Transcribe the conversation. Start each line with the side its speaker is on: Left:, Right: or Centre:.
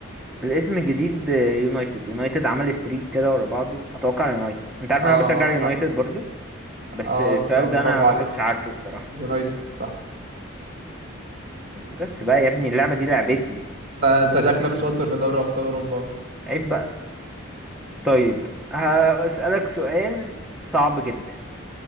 Centre: بالاسم الجديد آه، يونايتد يونايتد عمل ستريك كده ورا بعضه اتوقع يونايتد انت عارف
Right: اه
Centre: ان
Right: آه،
Centre: انا بشجع يونايتد
Right: صح
Centre: برضو بس
Right: اه
Centre: السؤال
Right: لا برافو
Centre: ده انا ما
Right: عليك
Centre: كنتش عارفه الصراحه
Right: يونايتد صح
Centre: بس بقى يا ابني اللعبه دي لعبتي
Right: ت- انت شكلك شاطر في دوري أبطال أوروبا
Centre: عيب بقى طيب هسألك سؤال صعب جدا